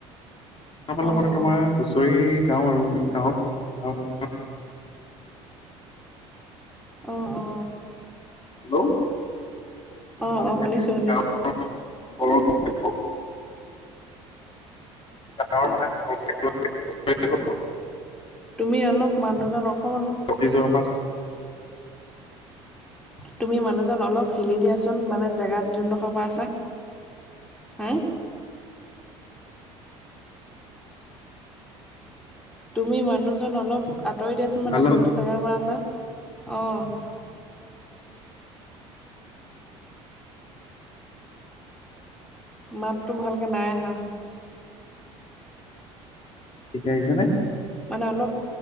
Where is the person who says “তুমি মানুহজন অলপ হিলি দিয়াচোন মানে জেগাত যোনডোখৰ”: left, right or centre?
Centre